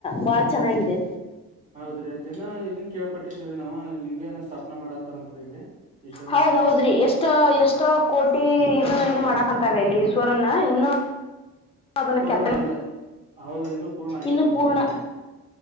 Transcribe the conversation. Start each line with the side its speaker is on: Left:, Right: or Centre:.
Left: ಬಾಳ ಚೆನ್ನಾಗಿದೆ
Right: ಹೌದ್ರಿ ಅಲ್ಲಿನ ಇದನ್ ಕೇಳ್ಪಟ್ಟಿದ್ದಿವ್ರಿ ನಾವು ಲಿಂಗ ಏನ ಸ್ಥಾಪನಾ ಮಾಡತಾರಂತ್ ಇಲ್ಲಿ ಈಶ್ವರ
Left: ಹೌದ್
Right: ಲಿಂಗನ
Left: ಹೌದ್ರಿ ಎಷ್ಟು ಎಷ್ಟ ಎಷ್ಟ ಕೋಟಿ ಇದನ್ನ ಇದ್ ಮಾಡಕ್ಂತಾರೀ ಈಶ್ವರನ್ನ ಇನ್ನು ಅದನಕ್ಕೆತ್ತನೆ
Right: ಪೂರ್ಣ ಆಗಿಲ್ಲ ಹೌದ್ರಿ ಇನ್ನು ಪೂರ್ಣ ಆಗಿಲ್ಲ
Left: ಇನ್ನು
Right: ಅಂತವೇನ
Left: ಪೂರ್ಣ